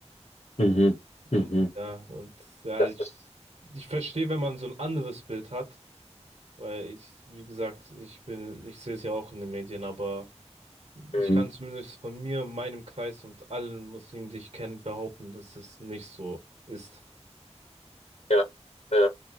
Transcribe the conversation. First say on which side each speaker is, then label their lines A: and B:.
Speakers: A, on the left (about 65°); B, on the right (about 60°).
A: Mhm.
B: Und
A: Mhm.
B: ja, und ja,
A: Das
B: ich,
A: ist,
B: ich verstehe, wenn man so ein anderes Bild hat, weil ich, wie gesagt, ich bin, ich sehe es ja auch in den Medien, aber ich
A: mhm.
B: kann zumindest von mir, meinem Kreis und allen Muslimen, die ich kenne, behaupten, dass es nicht so ist.
A: ja, ja.